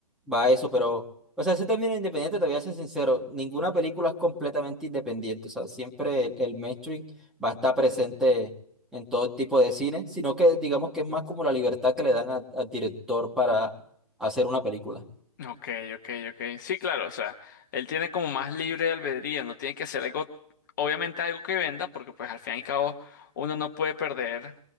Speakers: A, in the centre; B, on the left.
A: Va eso, pero, o sea, ese término independiente, te voy a ser sincero, ninguna película es completamente independiente, o sea, siempre el, el mainstream va a estar presente en todo tipo de cine, sino que digamos que es más como la libertad que le dan a- al director para hacer una película.
B: Ok, ok, ok. Sí, claro, o sea, él tiene como más libre albedrío, no tiene que hacer algo, obviamente algo que venda, porque pues al fin y al cabo uno no puede perder,